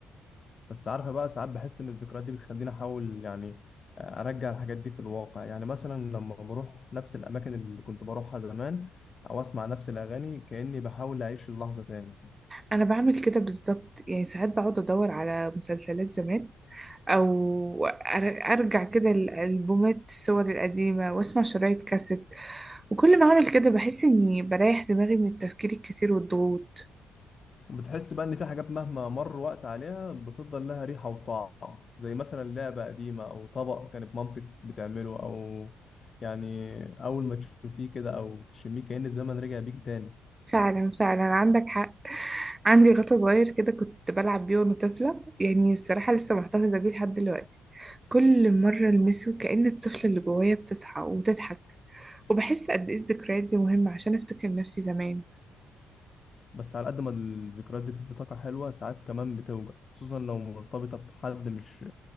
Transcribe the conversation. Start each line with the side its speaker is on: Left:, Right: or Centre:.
Left: بس عارفة بقى ساعات بحس إن الذكريات دي بتخليني أحاول يعني أرجع الحاجات دي في الواقع يعني مثلا لما بروح نفس الأماكن اللي كنت بروحها زمان أو أسمع نفس الأغاني كأني بحاول أعيش اللحظة تاني
Right: انا بعمل كده بالظبط يعني ساعات بقعد ادور على مسلسلات زمان او أر- ارجع كده الالبومات الصور القديمه واسمع شرايط كاسيت وكل ما اعمل كده بحس اني بريح دماغي من التفكير الكتير والضغوط
Left: وبتحس بقى إن في حاجات مهما مر وقت عليها بتفضل لها ريحة وطعم زي مثلا لعبة قديمة أو طبق كانت مامتك بتعمله أو يعني أول ما تشوفيه كده أو تشميه كأن الزمن رجع بيك تاني
Right: فعلا فعلا عندك حق عندي غطا صغير كده كنت بلعب بيه وانا طفله يعني الصراحه لسه محتفظه بيه لحد دلوقتي كل مره المسه كأن الطفله اللي جوايا بتصحى وتضحك وبحس قد ايه الذكريات دي مهمه عشان افتكر نفسي زمان
Left: بس على قد ما الذكريات دي بتدي طاقة حلوة ساعات كمان بتوجع خصوصا لو مرتبطة بحد مش